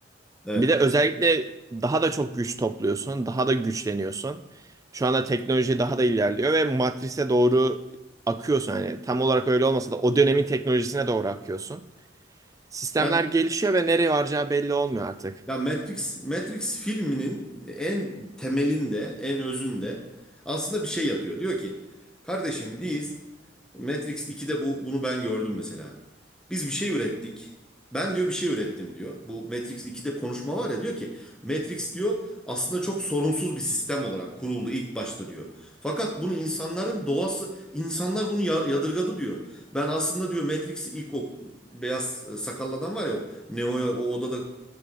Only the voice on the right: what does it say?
Bir de özellikle daha da çok güç topluyorsun, daha da güçleniyorsun. Şu anda teknoloji daha da ilerliyor ve matrise doğru akıyorsun. Hani tam olarak öyle olmasa da o dönemin teknolojisine doğru akıyorsun. Sistemler
gelişiyor ve nereye varacağı belli olmuyor artık.